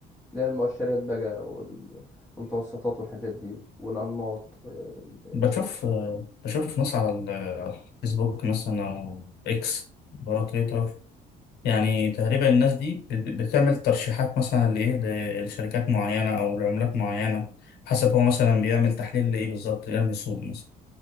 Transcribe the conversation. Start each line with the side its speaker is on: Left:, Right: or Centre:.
Centre: اللي هي المؤشرات بقى وال- والمتوسطات والحاجات دي والأنماط اه
Left: بشوف بشوف ناس على ال- على الفيسبوك مثلا أو إكس برا تويتر يعني تقريبا الناس دي بت- بتعمل ترشيحات مثلا لإيه لشركات معينة أو لعملات معينة حسب هو مثلا بيعمل تحليل لإيه بالظبط يعني سوق مثلا